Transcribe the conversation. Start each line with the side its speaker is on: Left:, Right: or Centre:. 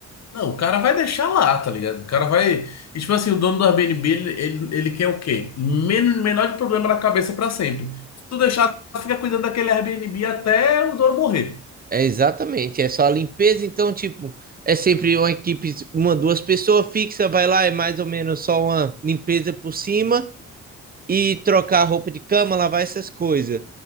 Left: Não, o cara vai deixar lá, tá ligado? O cara vai. E, tipo assim, o dono do Airbnb, ele, ele, ele quer o quê? Men menor de problema na cabeça pra sempre. Se tu deixar, fica cuidando daquele Airbnb até o dono morrer.
Right: É exatamente, é só a limpeza, então, tipo, é sempre uma equipe, uma, duas pessoas fixa, vai lá, é mais ou menos só uma limpeza por cima e trocar a roupa de cama, lavar essas coisas.